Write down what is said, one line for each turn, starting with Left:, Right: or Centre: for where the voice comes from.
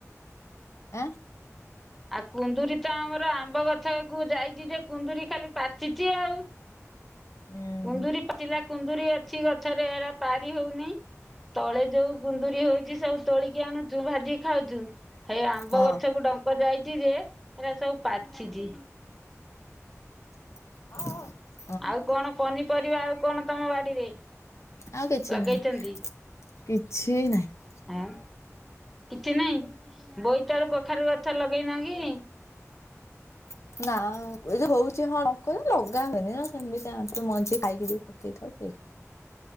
Left: ଆଁ।
Centre: ଆଉ କୁନ୍ଦୁରିୀ ତ ଆମର ଆମ୍ବ ଗଛ କ ଯାଇଛି ଯେ କୁନ୍ଦୁରି ଖାଲି ପାଚିଛି ଆଉ।
Left: ଉଁ
Centre: କୁନ୍ଦୁରରି
Left: ହୁଁ
Centre: ପାଚିଲା କୁନ୍ଦୁରୀ ଅଛି ଗ ପଥରେ ଏରା ପାରି ହଉନି ତଳେ ଯୋଉ କୁନ୍ଦୁରି ହଉଛି ସବୁ ତୋଳିକି ଆଣୁଛୁ ଭାଜିି ଖାଉଛୁ ହେଇ ଆମ୍ବ
Left: ହଁ।
Centre: ଗଛ କୁ ଡଙ୍କ ଯାଇଛି ଯେ ସେରା ସବୁ ପାଚଛି।
Left: ହ।
Centre: ଆଉ କଣ ପନିପରିବା ଆଉ କଣ ତମ ବାଡିରେ?
Left: ଆଉ କିଛି
Centre: ଲଗେଇଛନ୍ତି?
Left: ନାହିଁ କିଛି ନାହିଁ।
Centre: ହଁ କିଛି ନହିଁ ବୋଇତାଳୁ କଖାରୁ ଗଛ ଲଗେଇନା କି?
Left: <inaudible> ନା ଏ ଯଉ ହଉଛି ହଁ କ ଲଗା ହୁଏନି ନା ସେମିତି ଲଗା ହୋଇନି ଖାଇକି ଯଉ <unintelligible>